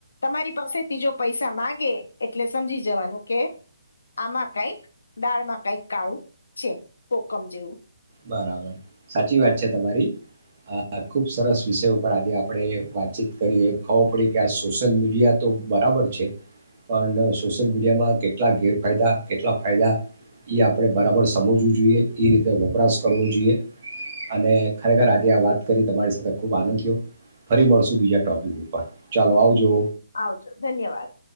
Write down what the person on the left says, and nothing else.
તમારી પાસે ત્રીજો પૈસા માગે એટલે સમજી જવાનું કે આમાં કઈક દાળમા કઈ કાળું છે. જેવું
આવજો ધન્યવાદ.